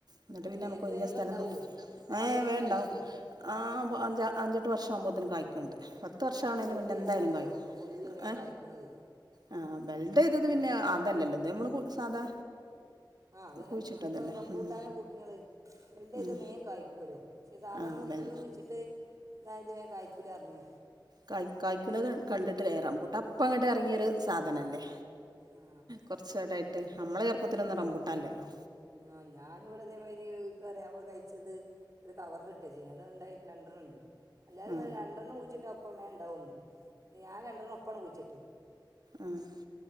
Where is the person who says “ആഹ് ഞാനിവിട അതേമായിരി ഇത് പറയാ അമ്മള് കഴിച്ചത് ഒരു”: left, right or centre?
Right